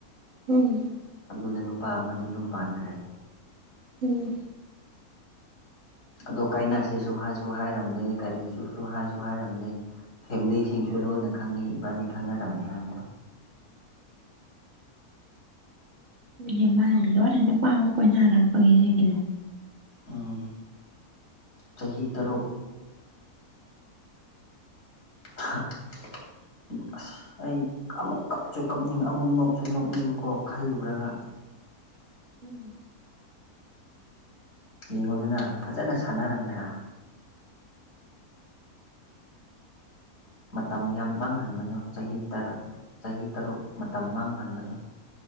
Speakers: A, on the right; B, on the left.
A: ꯎꯝ
B: ꯑꯗꯨꯗ ꯅꯨꯄꯥ ꯑꯃꯗ ꯌꯨꯝ ꯄꯥꯟꯈ꯭ꯔꯦ
A: ꯎꯝ
B: ꯑꯗꯣ ꯀꯥꯏꯅꯁꯦꯁꯨ ꯍꯥꯏꯁꯨ ꯍꯥꯏꯔꯝꯗꯦ ꯀꯔꯤꯁꯨ ꯍꯥꯏꯁꯨ ꯍꯥꯏꯔꯝꯗꯦ ꯐꯦꯃꯤꯂꯤꯁꯤꯡꯁꯨ ꯂꯣꯏꯅ ꯈꯪꯉꯤ ꯏꯕꯥꯅꯤ ꯈꯪꯅꯔꯝꯃꯦ ꯍꯥꯏꯕꯗꯣ
A: <unintelligible>
B: ꯎꯝ ꯆꯍꯤ ꯇꯔꯨꯛ ꯍ <unintelligible> ꯑꯁ ꯑꯩ ꯑꯃꯨꯛ ꯀꯞꯁꯨ ꯀꯞꯅꯤꯡ ꯑꯃꯨꯛ ꯅꯣꯛꯁꯨ ꯅꯣꯛꯅꯤꯡꯀꯣ ꯈꯜꯂꯨꯔꯒ
A: ꯎꯝ
B: ꯌꯦꯡꯉꯣꯗꯅ ꯐꯖꯅ ꯁꯥꯟꯅꯔꯝꯗ꯭ꯔꯥ ꯃꯇꯝ ꯌꯥꯝ ꯃꯥꯡꯍꯟꯕꯅꯣ ꯆꯍꯤ ꯇ꯭ꯔ ꯆꯍꯤ ꯇꯔꯨꯛ ꯃꯇꯝ ꯃꯥꯡꯍꯟꯕꯗꯣ